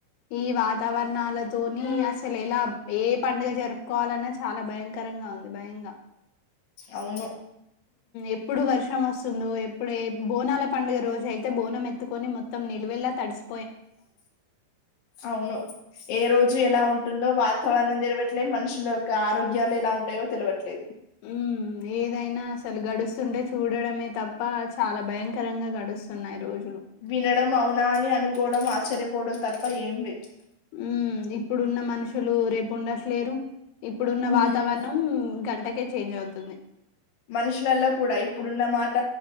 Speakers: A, on the left; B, on the left.
A: ఈ వాతావరణాలతోని అస్ అసలు ఎలా ఏ పండుగ జరుపుకోవాలన్నా చాలా భయంకరంగా ఉంది భయంగా
B: అవును
A: ఎప్పుడు వర్షం వస్తుందో ఎప్పుడు ఏబోనాల పండుగ రోజు అయితే బోనం ఎతు కొన్ని మొత్తం నిల్లువల్లా తడిసి
B: అవును ఏ రోజు ఎలా ఉంట ఉంటుందో వాతావరణం తెలవట్లేదు మనుషుల యొక్క ఆరోగ్యాలు ఎలా ఉంటాయో తెలియట్లేదు
A: హ్మ్మ్ ఏదైనా అసలు గడుస్తుంటే చూడడమే తప్ప చాలా భయంకరంగా గడుస్తున్నాయి. రోజు
B: వినడం అవునా అని అనుకోవడం ఆశ్చర్యపోవడం తప్ప ఏం లేదు
A: ఉ ఇప్పుడున్న మనుషులు రేపు ఉండట్లేరు ఇప్పుడున్న
B: హ్మ్
A: వాతావరణం గంటకే చేంజ్ అవుతుంది.
B: మనుషులలో కూడా ఇప్పుడున్న మాట